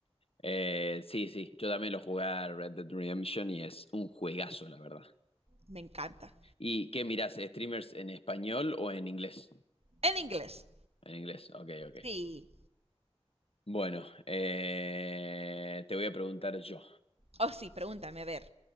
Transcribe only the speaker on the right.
Me encanta.
En inglés.
Sí.
Oh, sí, pregúntame, a ver.